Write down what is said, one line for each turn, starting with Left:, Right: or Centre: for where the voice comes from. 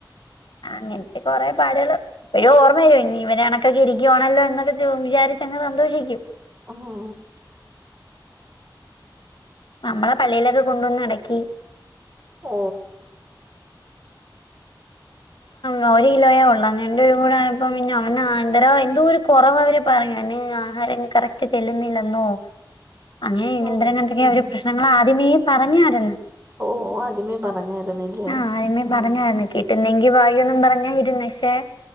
Left: അങ്ങനത്തെ കൊറെ പാടുകള് പിന്നെ ഓർമയില്ലേ ഇനി ഇവനെ ഇണക്കൊക്കെ ഇരിക്കുയാണല്ലോ എന്നൊക്കെ വിചാരിച്ചങ്ങ് സന്തോഷിക്കും
Right: ഒഹോ
Left: നമ്മളെ പള്ളയിലൊക്കെ കൊണ്ടുവന്ന് അടക്കി
Right: ഓ
Left: ആ ഒരു കിലോയേ ഒള്ളാ ഞന്റെ ഒരു കൂടെപ്പ പിന്ന അവന എന്തര എന്തോര് കൊറവാവര് പറയാണ് ആഹാരം കറക്റ്റ് ചെല്ലുന്നില്ലെന്നോ, അങ്ങനെ
Right: ഓ
Left: ഇന്തരങ്ങണ്ടെങ്കി
Right: ഉം
Left: അവര് പ്രശ്നങ്ങൾ ആദ്യമേ പറഞ്ഞായിരുന്ന്
Right: ഓ ആദ്യമേ പറഞ്ഞായിരുന്നല്ലേ
Left: ആഹ് ആദ്യമേ
Right: ഉം
Left: പറഞ്ഞായിരുന്നു കിട്ടുന്നെങ്കി ഭാഗ്യൊന്നും പറഞ്ഞാ ഇരുന്നെ പക്ഷെ